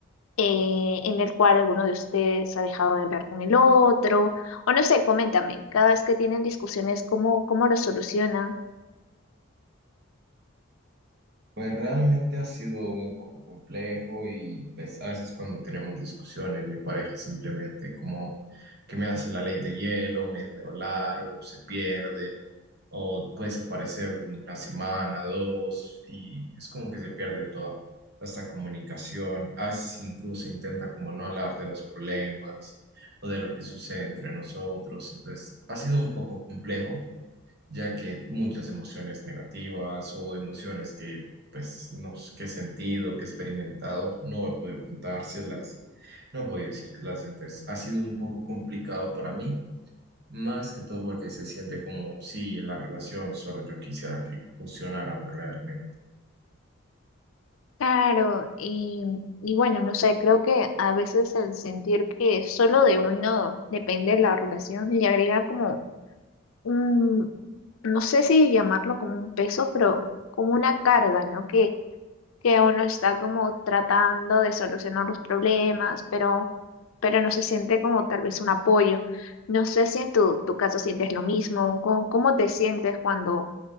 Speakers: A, on the left; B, on the right.
A: eh, en el cual alguno de ustedes ha dejado de hablar con el otro, o no sé, coméntame, cada vez que tienen discusiones, ¿cómo, cómo lo solucionan?
B: Pues realmente ha sido un poco complejo y pues, a veces cuando tenemos discusiones, mi pareja simplemente como que me hace la ley de hielo, me deja de hablar o se pierde o puede desaparecer una semana, dos y es como que se pierde toda esta comunicación. A veces incluso intenta como no hablar de los problemas o de lo que sucede entre nosotros. Entonces ha sido un poco complejo ya que muchas emociones negativas o emociones que, pues, no s- que he sentido, que he experimentado, no he podido contárselas, no he podido decírselas, entonces ha sido un poco complicado para mí, más que todo porque se siente como si en la relación solo yo quisiera que funcionáramos realmente.
A: Claro, y, y bueno, no sé, creo que a veces el sentir que solo de uno depende la relación le agrega como un, no sé si llamarlo como un peso, pero como una carga, ¿no? Que, que uno está como tratando de solucionar los problemas, pero, pero no se siente como tal vez un apoyo. No sé si en tu, tu caso sientes lo mismo, ¿cómo, cómo te sientes cuando...